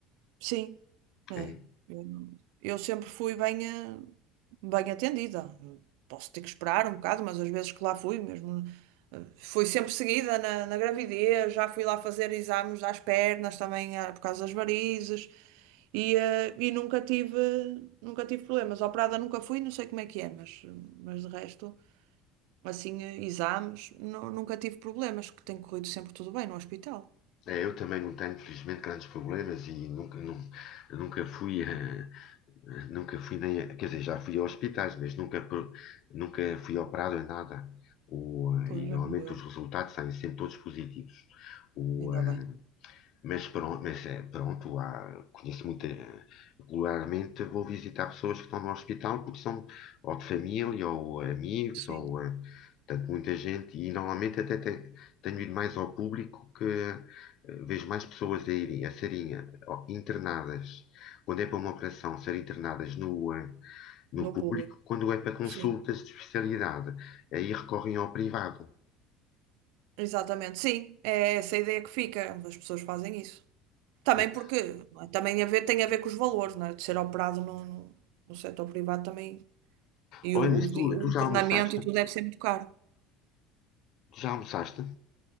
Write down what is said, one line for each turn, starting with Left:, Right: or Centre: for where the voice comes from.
Right: Sim, é.
Left: É,
Right: Eu, não- eu sempre fui bem, eh, bem atendida. Posso ter que esperar um bocado, mas às vezes que lá fui mesmo. eh, Fui sempre seguida na, na gravidez, já fui lá fazer exames às pernas também ah, por causa das varizes e, eh, e nunca tive, nunca tive problemas. Operada nunca fui, não sei como é que é, mas, mas de resto. assim, eh, exames, nu- nunca tive problemas, que tem corrido sempre tudo bem no hospital.
Left: É, eu também não tenho, infelizmente, grandes problemas e nunca, nun- nunca fui, eh, eh, nunca fui nem, a- quer dizer, já fui a hospitais, mas nunca, pro- nunca fui operado em nada. O,
Right: Pois
Left: eh, e normalmente
Right: é como eu,
Left: os resultados saem sempre todos positivos. O,
Right: ainda
Left: eh,
Right: bem.
Left: mas pronto, mas, eh, pronto, há- conheço muito, eh, regularmente vou visitar pessoas que estão no hospital porque são ou de família ou amigos
Right: Sim,
Left: ou, eh, portanto, muita gente e normalmente até te- tenho ido mais ao público que eh, vejo mais pessoas a irem, a serem eh, ó, internadas, quando é para uma operação, serem internadas no, eh, no
Right: no
Left: público,
Right: público,
Left: quando é para consultas
Right: sim.
Left: de especialidade, aí recorrem ao privado.
Right: Exatamente, sim, é essa a ideia que fica, as pessoas fazem isso. Também
Left: né?
Right: porque, não é? também a ver, tem a ver com os valores, não é? De ser operado no, no, no setor privado também, e
Left: Olha,
Right: o,
Left: nisso,
Right: o, di-
Left: tu,
Right: o
Left: tu
Right: internamento
Left: já almoçaste?
Right: e tudo deve ser muito caro.
Left: Tu já almoçaste?